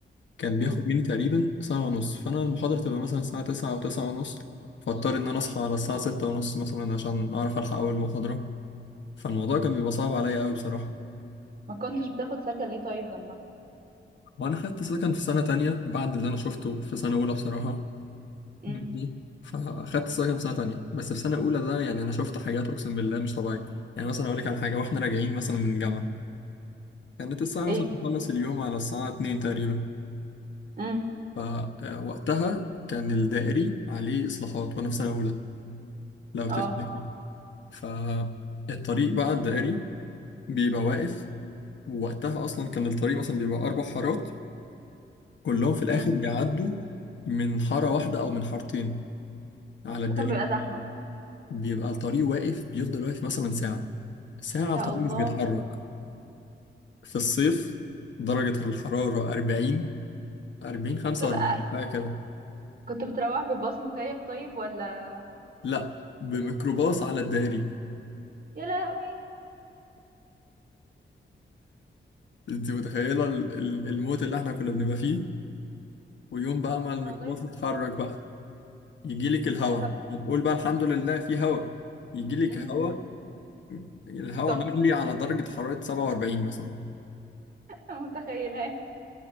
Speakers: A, on the left; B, on the right.
A: كان بياخد
B: امم
A: مني تقريبا ساعه ونص فانا المحاضره تبقى مثلا الساعه 9 او 9 ونص فاضطر ان انا اصحى على الساعه 6 ونص مثلا عشان اعرف الحق اول محاضره فالموضوع كان بيبقى صعب عليا قوي بصراحه
B: ما كنتش بتاخد سكن ليه طيب جنبها
A: وانا خدت سكن في سنه تانية بعد اللي انا شفته في سنه اولى بصراحه
B: امم
A: دي فاخدت السايكم سنه تانية بس في سنه اولى ده يعني انا شفت حاجات اقسم بالله مش طبيعيه يعني مثلا اقول لك على حاجه واحنا راجعين مثلا من الجامعه كانت الساعه مثلا
B: ايه
A: بتخلص اليوم على الساعه 2 تقريبا
B: امم
A: فوقتها كان الدائري عليه اصلاحات وانا في سنه اولى لو
B: اه
A: تفتكر فالطريق بقى الدائري بيبقى واقف ووقتها اصلا كان الطريق مثلا بيبقى اربع حارات كلهم في الاخر
B: امم
A: بيعدوا من حاره واحده او من حارتين على الدائري
B: فكان بيبقى زحمه
A: بيبقى الطريق واقف بيفضل واقف مثلا ساعة ساعة
B: يا
A: الطريق
B: الله
A: مش بيتحرك في الصيف درجة الحرارة 40 40 45
B: بتبقى
A: بقى كده
B: كنت بتروح بالباص مكيف طيب ولا
A: لا بميكروباص على الدائري
B: يا لهوي
A: انت متخيلة ال- ال- الموت اللي احنا كنا بنبقى فيه ويوم بقى ما الميكروباص
B: انا والله
A: يتحرك بقى يجيلك الهواء
B: طب
A: نقول بقى الحمد لله في هواء يجيلك
B: امم
A: هواء الهواء
B: سخن
A: مغلي على درجة حرارة 47 مثلا
B: <laughs> متخيله